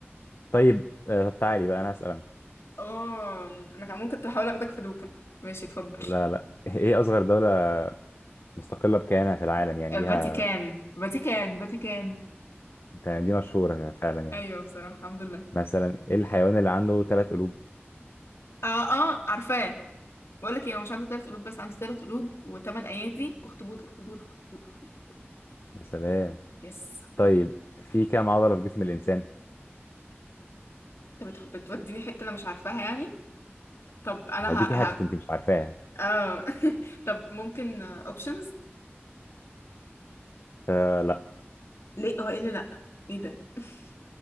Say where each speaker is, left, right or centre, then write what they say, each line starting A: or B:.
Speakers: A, on the left; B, on the left.
A: طيب آه، طب تعالي بقى انا اسأل أنا.
B: آه أنا كان ممكن كنت بحاول أخدك في دوكا ماشي اتفضل
A: لا لا ايه اصغر دولة مستقلة بكيانها في العالم يعني ليها
B: فاتيكان فاتيكان فاتيكان
A: يعني دي مشهورة فعلا يعني
B: أيوه بصراحة الحمد لله
A: مثلا ايه الحيوان اللي عنده ثلاث قلوب
B: آه آه عارفاه بقول لك إيه هو مش عنده تلات قلوب بس عنده تلات قلوب وتمن أيادي أخطبوط أخطبوط أخطبوط أخطبوط
A: يا سلام
B: يس
A: طيب في كام عضلة في جسم الإنسان
B: انت بتح- بتوديني حتة انا مش عارفاها يعني طب انا
A: هديكي
B: ه...
A: حتة
B: ه...
A: انت مش عارفاها
B: آه. <laughs> طب ممكن اوبشنز
A: فلا
B: ليه هو ايه اللي لا ايه ده <laughs>